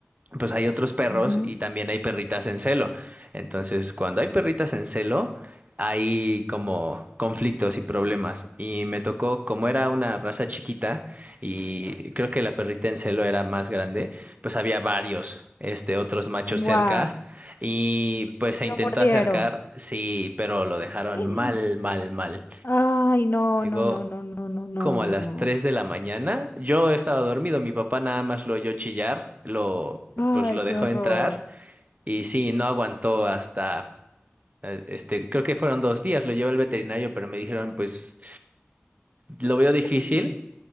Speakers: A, on the right (about 40°); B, on the left (about 55°).
A: pues hay otros perros
B: Ujú.
A: y también hay perritas en celo. Entonces, cuando hay perritas en celo, hay como conflictos y problemas. Y me tocó, como era una raza chiquita y creo que la perrita en celo era más grande, pues había varios, este, otros machos
B: Wow.
A: cerca. Y pues
B: Y
A: se
B: lo
A: intentó
B: mordieron.
A: acercar, sí, pero lo dejaron
B: <clears throat>
A: mal, mal,
B: <gasps>
A: mal.
B: Ay, no,
A: Llegó
B: no, no, no, no, no, no.
A: como a las 3 de la mañana. Yo estaba dormido, mi papá nada más lo oyó chillar, lo,
B: Ay,
A: pues lo dejó
B: qué horror.
A: entrar y sí, no aguantó hasta, eh, este, creo que fueron dos días, lo llevé al veterinario, pero me dijeron, pues, lo veo
B: <laughs>
A: difícil.